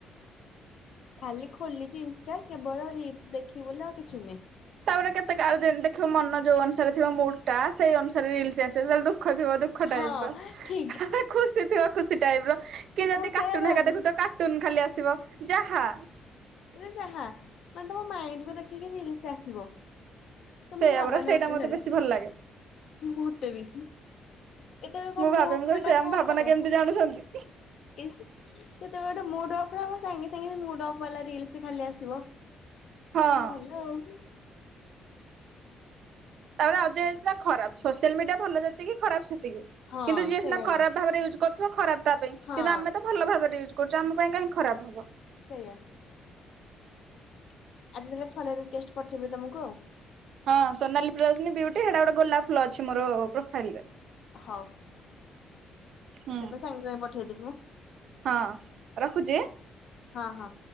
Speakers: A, on the left; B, on the right.
A: ଖାଲି ଖୋଲିଚି ଇନଷ୍ଟା କେବଳ ରିଲସ୍ ଦେଖିବି ବୋଲି ଆଉ କିଛି ନାହିଁ।
B: ତାପରେ କେତେ କାହାକୁ ଦେ-ଦେଖିବ ମନ ଯୋଉ ଅନୁସାରେ ଥିବ ମୁଡ୍ ଟା ସେଇ ଅନୁସାରେ ରିଲସ୍ ଆସିବ। ଯେତେବେଳେ ଦୁଃଖ ଥିବ ଦୁଃ ଖ
A: ହଁ
B: ଟାଇପର।
A: ଠିକ
B: <unintelligible> ଖୁସି ଥିବ ଖୁସି ଟାଇପର କି
A: ମୁଁ
B: ଯଦି
A: ସେୟା
B: କାର୍ଟୁନ
A: ଭାବେ
B: ହେରିକା ଦେଖୁଥିବ କାର୍ଟୁନ ଖାଲି ଆସିବ ଯାହା।
A: ରେ ଯାହା ମାନେ ତମ ମାଇଣ୍ଡକୁ ଦେଖିକି ରିଲସ୍ ଆସିବ। ତମ
B: ସେଇଆ
A: ଭାବନା
B: ପରା ସେଇଟା
A: ଅନୁସାରେ
B: ମତେ ବେଶୀ ଭଲ ଲାଗେ।
A: ମଃତେ ବି। କେତେବେଳେ କଣ
B: ମୁଁ
A: ମୁଡ୍
B: ଭାବେ ମୁଁ
A: ଖରାପ
B: କହିବି ସେ ଆମ
A: ହୋଉଥବ
B: ଭାବନା କେମିତି ଜାଣୁଛନ୍ତି
A: ଇହିଁ। କେତେ <unintelligible> ମୁଡ୍ ଅଫ୍ ସାଙ୍ଗେ ସାଙ୍ଗେ ମୁଡ୍ ଅଫ୍ ବାଲାର ରିଲସ୍ ଖାଲି ଆସିବ।
B: ହଁ।
A: ମୁଁ କହିଲି ଭଲ ଆଉ।
B: ତାପରେ <unintelligible> ଖରାପ ସୋସିଆଲ ମିଡିଆ ଭଲ ଯେତିକି ଖରାପ ସେତିକି।
A: ହଁ
B: କିନ୍ତୁ ଯିଏ
A: ସେଇଆ
B: ସିନା ଖରାପ
A: ବେ
B: ଭାବରେ ୟୁଜ କ ରୁଥିବ ଖରାପ ତା ପାଇଁ କିନ୍ତୁ
A: ହଁ
B: ଆମେ ତ ଭଲ ଭାବରେ ୟୁଜ୍ କରୁଚୁ। ଆମ ପାଇଁ କାହିଁ ଖରାପ ହବ।
A: ସେଇୟା ଆଜି ତାହେଲେ ଫଲୋ ରିକୁଏଷ୍ଟ ପଠେଇବି ତମକୁ ଆଉ।
B: ହଁ ସୋନାଲି ପ୍ରିୟଦର୍ଶନି ବିଉଟି ହେଟା ଗୋଟେ ଗୋଲାପ ଫୁଲ ଅଛି ମୋର ପ୍ରୋଫାଇଲରେ।
A: ହୋଉ ଏବେ
B: ହୁଁ
A: ସାଙ୍ଗେ ସାଙ୍ଗେ ପଠେଇଦେବି ମୁଁ।
B: ହଁ ରଖୁଚି ଆଁ।
A: ହଁ ହଁ।